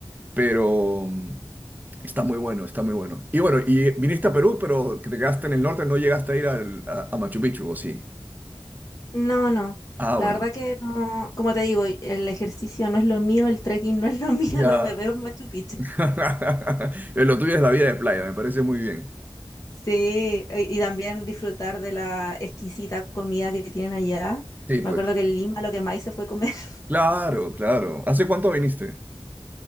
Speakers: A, on the right; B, on the left.
A: Pero mm, está muy bueno, está muy bueno. Y bueno, y viniste a Perú, pero que te quedaste en el norte, no llegaste a ir al- a, a Machu Picchu, ¿o sí?
B: No, no.
A: Ah,
B: La
A: bueno.
B: verdad que no, como te digo, el ejercicio no es lo mío, el trekking no es lo <laughs> mío,
A: Ya.
B: no me veo en Machu Picchu.
A: <laughs> Lo tuyo es la vida de playa, me parece muy bien.
B: Sí, y y también disfrutar de la exquisita comida que tienen allá.
A: Sí, pues.
B: Me acuerdo que en Lima lo que más hice fue comer. <laughs>
A: Claro, claro. ¿Hace cuánto viniste?